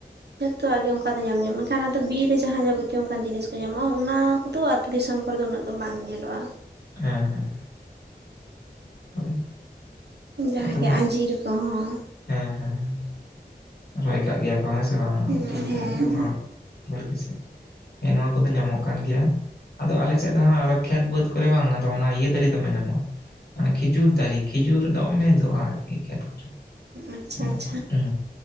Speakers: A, on the right; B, on the left.
A: ᱡᱷᱚᱛᱚᱣᱟᱜ ᱜᱮ ᱚᱝᱠᱟ ᱫᱚ ᱧᱟᱢ ᱧᱟᱢᱟ ᱢᱮᱱᱠᱷᱟᱱ ᱟᱫᱚ ᱵᱤᱨ ᱨᱮ ᱡᱟᱦᱟᱸ ᱡᱟᱵᱚᱛᱤᱭᱚ ᱚᱝᱠᱟᱱ ᱡᱤᱱᱤᱥ ᱠᱚ ᱧᱟᱢᱚᱜᱼᱟ ᱚᱱᱟ ᱠᱚᱫᱚ ᱟ ᱛᱩ ᱫᱤᱥᱚᱢ ᱠᱚᱨᱮ ᱫᱚ ᱩᱱᱟᱹᱜ ᱫᱚ ᱵᱟᱝ ᱧᱮᱞᱚᱜᱼᱟ᱾
B: ᱦᱮᱸ ᱦᱮᱸ᱾ ᱦᱳᱭ᱾
A: ᱡᱟᱦᱟᱸ
B: ᱟᱫᱚ
A: ᱜᱮ
B: ᱦᱟᱸᱜ
A: ᱟᱸᱡᱤᱨ ᱠᱚᱦᱚᱸ᱾
B: ᱦᱮᱸ ᱦᱮᱸ ᱦᱮᱸ, ᱨᱚᱦᱚᱭ ᱠᱟᱜ ᱜᱮᱭᱟ ᱠᱚ ᱦᱮᱸ ᱥᱮ ᱵᱟᱝ
A: ᱦᱮᱸ
B: ᱟᱹᱛᱩ ᱡᱟᱦᱟᱸᱭ ᱦᱚᱲ ᱵᱟᱲᱜᱤ ᱥᱮᱫ, ᱦᱮᱸ ᱱᱚᱣᱟ ᱠᱚᱫᱚ ᱧᱟᱢᱚᱜ ᱠᱟᱱ ᱜᱮᱭᱟ᱾ ᱟᱫᱚ ᱟᱞᱮ ᱥᱮᱫ ᱫᱚ ᱦᱟᱸᱜ ᱟᱨᱚ ᱠᱷᱮᱛ ᱵᱟᱹᱫᱽ ᱠᱚᱨᱮ ᱵᱟᱝ ᱟᱫᱚ ᱚᱱᱟ ᱤᱭᱟᱹ ᱫᱟᱹᱨᱤ ᱫᱚᱢᱮ ᱧᱟᱢᱚᱜᱼᱟ, ᱚᱱᱟ ᱠᱷᱤᱡᱩᱨ ᱫᱟᱹᱨᱤ ᱠᱷᱤᱡᱩᱨ ᱫᱚᱢᱮ ᱡᱚᱜᱼᱟ ᱟᱨᱠᱤ ᱠᱷᱮᱛ ᱠᱚᱨᱮ᱾
A: ᱟᱪᱪᱷᱟ
B: ᱦᱩᱸ
A: ᱟᱪᱪᱷᱟ
B: ᱦᱩᱸ